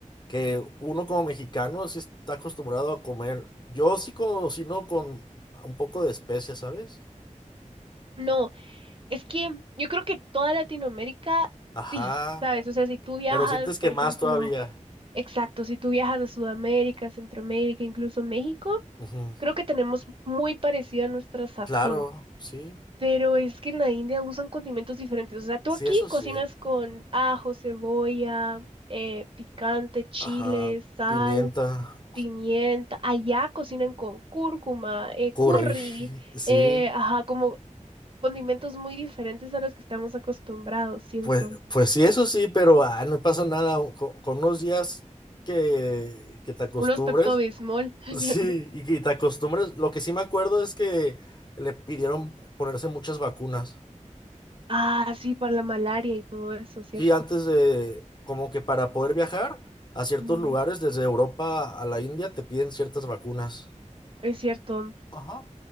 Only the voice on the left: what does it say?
que uno como mexicano sí está acostumbrado a comer, yo sí cocino con un poco de especias, ¿sabes?
Ajá,
pero sientes
que más
todavía.
Ujú,
Claro, sí,
sí,
eso sí.
Ajá,
pimienta,
curry,
<laughs> sí,
pues, pues sí, eso sí, pero ah, no pasa nada o co- con, unos días que, que te acostumbres,
<laughs>
sí, y que te acostumbres. Lo que sí me acuerdo es que le pidieron ponerse muchas vacunas,
sí, antes de, como que para poder viajar a ciertos
lugares, desde Europa a la India, te piden ciertas vacunas.
Ajá.